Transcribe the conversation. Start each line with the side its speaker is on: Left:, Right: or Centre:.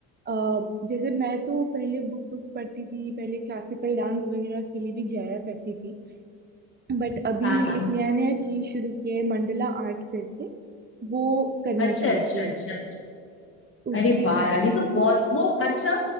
Right: अ, जैसे मैं तो पहले बुक्स बुक्स पढ़ती थी पहले क्लासिकल डांस वगैरह के लिए भी जाया करती थी बट अभी
Left: हाँ हाँ
Right: एक
Left: हाँ।
Right: नया नया चीज शुरू किया है मंडला आर्ट करके वो करना
Left: अच्छा
Right: चालू
Left: अच्छा
Right: किया
Left: अच्छा
Right: है
Left: अच्छा
Right: उसमें
Left: अरे वाह यार ये तो बहुत वो अच्छा